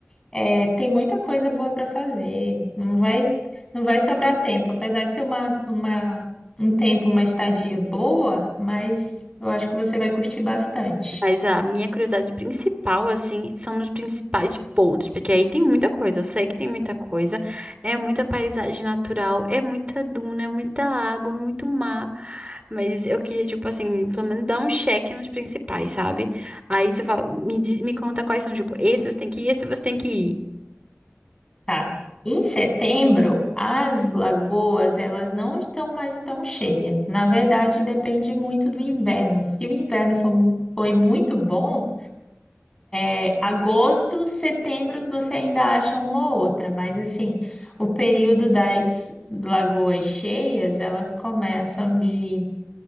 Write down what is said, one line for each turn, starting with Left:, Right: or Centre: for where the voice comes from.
Left: É, tem muita coisa boa para fazer. Não vai, não vai sobrar tempo. Apesar de ser uma, uma, um tempo, uma estadia boa, mas eu acho que você vai curtir bastante.
Right: Mas a minha curiosidade principal, assim, são os principais pontos, porque aí tem muita coisa, eu sei que tem muita coisa, é muita paisagem natural, é muita duna, é muita água, é muito mar, mas eu queria, tipo assim, pelo menos dar um check nos principais, sabe? Aí você fala, me, diz- me conta quais são, tipo, esse você tem que ir, esse você tem que ir.
Left: Tá. Em setembro, as lagoas, elas não estão mais tão cheias. Na verdade, depende muito do inverno. Se o inverno for, foi muito bom, É, agosto, setembro, você ainda acha uma ou outra, mas assim, o período das lagoas cheias, elas começam de